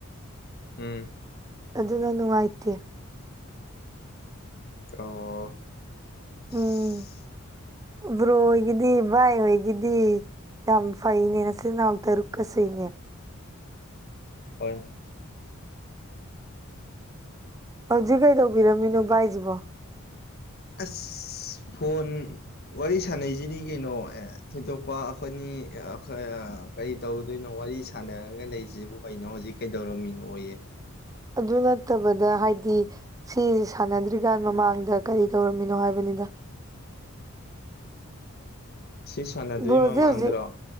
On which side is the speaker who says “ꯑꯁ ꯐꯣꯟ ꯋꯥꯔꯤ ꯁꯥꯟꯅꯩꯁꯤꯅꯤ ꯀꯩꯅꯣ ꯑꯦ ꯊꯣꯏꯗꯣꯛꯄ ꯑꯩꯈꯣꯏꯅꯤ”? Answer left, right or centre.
Left